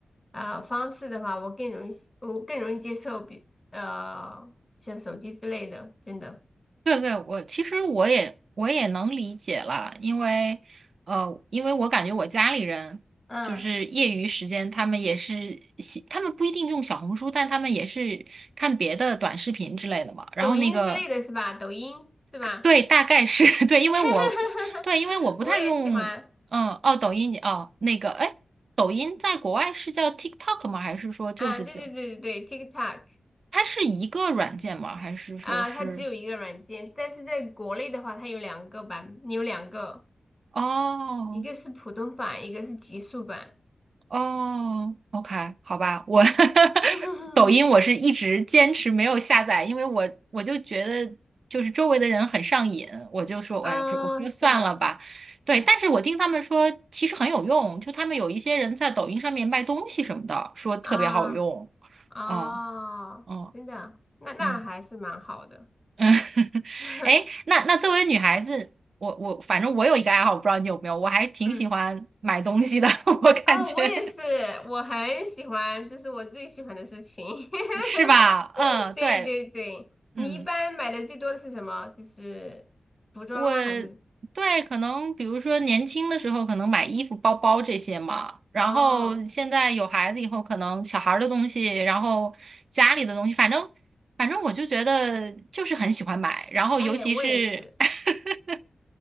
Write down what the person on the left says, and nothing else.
啊、方式的话，我更容易我更容易接受比呃像手机之类的，真的，
嗯，
抖音之类的是吧？抖音是吧？
<laughs>
我也喜欢
啊，对对对对对，TikTok。
啊，它只有一个软件，但是在国内的话，它有两个版，有两个，
一个是普通版，一个是极速版。
<laughs>
啊，
是的，
啊啊，
真的，那那还是蛮好的。
<laughs>
嗯，
啊，我也是，我很喜欢，这是我最喜欢的事情。<laughs>
对对对，
你一般买的最多的是什么？就是服装吗？
还是？
哦，
哎，我也是。